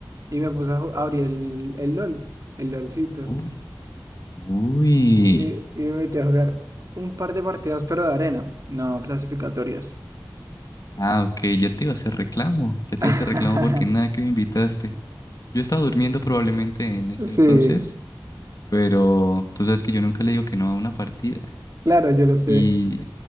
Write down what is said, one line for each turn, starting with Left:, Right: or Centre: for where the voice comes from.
Right: y me puse a ju- a abrir el, el LOL, el LOLcito.
Left: Uy, uy.
Right: Y, y me metí a jugar un par de partidas, pero de arena, no clasificatorias.
Left: Ah, ok, ya te iba a hacer reclamo. Ya te
Right: <laughs>
Left: iba a hacer reclamo porque nada que me invitaste. Yo estaba durmiendo probablemente en ese
Right: Sí,
Left: entonces, pero tú sabes que yo nunca le digo que no a una partida.
Right: claro, yo lo sé.
Left: Y,